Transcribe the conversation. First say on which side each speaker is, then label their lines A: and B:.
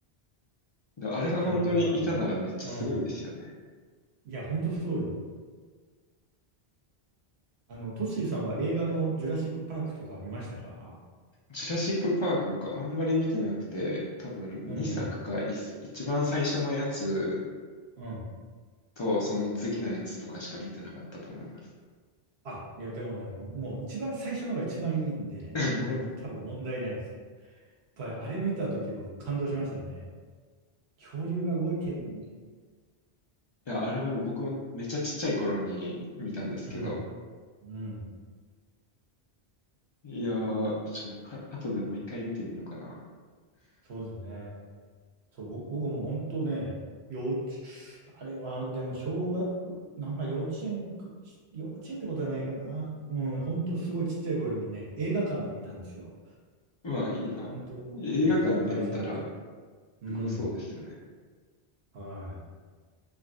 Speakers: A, on the left; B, on the right.
A: であれが本当にいたならめっちゃすごいですよね。
B: あとなんか、うん。いや、ほんとそうよ。あの、トッシーさんは映画のジュラシックパークとか見ましたか
A: ジュラシック・パーク僕あんまり見てなくて、多分2作か1作一番最初のやつ
B: うんうん。うん。
A: とその次のやつとかしか見てなかったと思います。
B: あ、いや、でもね、もう、もう一番最初のが一番いいんでね、
A: <laughs>
B: 多分問題ないです。やっぱりあれ見たときは感動しましたね。恐竜が動いてるみたいな。
A: いや、あれも僕もめっちゃちっちゃい頃に見たんですけど、
B: うん。うん。
A: いやー、ちょ、か後でもう一回見てみようかな。
B: そうですね。そう、僕僕も本当ね、幼稚、あれは、でも小学、なんか幼稚園か、幼稚園ってことはないかな。うん、本当すごいちっちゃい頃にね、映画館で見たんですよ。
A: うわ、いいな。
B: 本当、
A: 映画館で見たら
B: そう、公開されて。うん、
A: すごそうですよね。
B: は